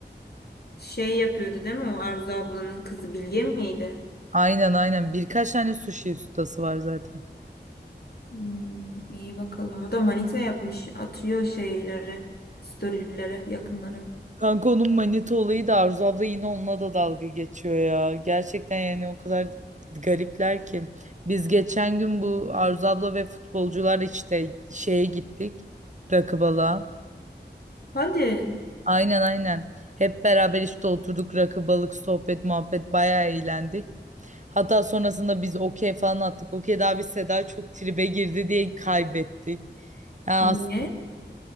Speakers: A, on the left (about 60°); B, on the right (about 40°).
A: Şey yapıyordu değil mi o Arzu ablanın kızı Bilge miydi?
B: Aynen aynen. Birkaç tane sushi ustası var zaten.
A: Hmm, iyi bakalım. O da manita yapmış. Atıyor şeyleri, storylere, yakınları.
B: Kanka onun manita olayı da Arzu abla yine onunla da dalga geçiyor ya. Gerçekten yani o kadar garipler ki. Biz geçen gün bu Arzu abla ve futbolcular işte şeye gittik. Rakı balığa.
A: Hadi.
B: Aynen aynen. Hep beraber işte oturduk rakı balık sohbet muhabbet bayağı eğlendik. Hatta sonrasında biz okey falan attık. Okey daha bir Seda çok tribe girdi diye kaybettik. Ya
A: Niye?
B: as-